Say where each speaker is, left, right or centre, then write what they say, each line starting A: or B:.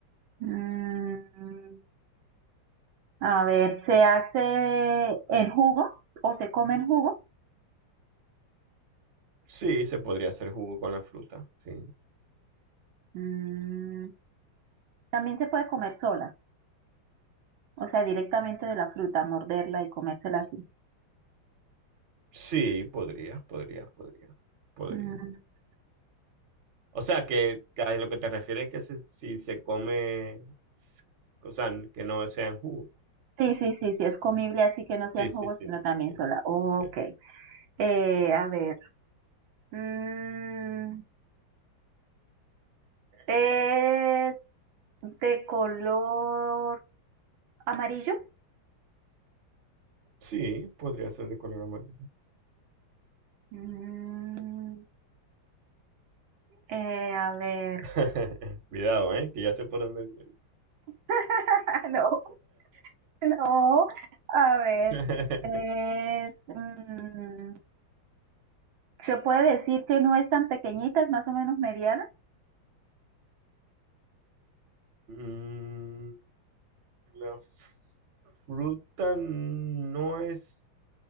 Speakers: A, on the right; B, on the right.
A: Mm, a ver, ¿se hace en jugo o se come en jugo?
B: Sí, se podría hacer jugo con la fruta. Sí,
A: Mm, también se puede comer sola. O sea, directamente de la fruta, morderla y comérsela así.
B: sí, podría, podría, podría, podría.
A: Mm, o
B: O sea, que, que a lo que te refieres es que se- si se come, s- o sea, que no sea en jugo.
A: Sí, sí, sí, sí, es comible así que no sea
B: Sí,
A: en
B: sí,
A: jugo,
B: sí,
A: sino
B: sí,
A: también
B: sí.
A: sola. Ok.
B: Sí,
A: Eh, a ver. Mm, ¿es de color amarillo?
B: Sí, podría ser de color amarillo.
A: Mm, eh, a ver.
B: <laughs> Cuidado, ¿eh? Que ya sé por dónde viene.
A: <laughs> No, no. A ver.
B: <laughs>
A: Es, mm, ¿se puede decir que no es tan pequeñita, es más o menos mediana?
B: Mm, la f- fruta no es...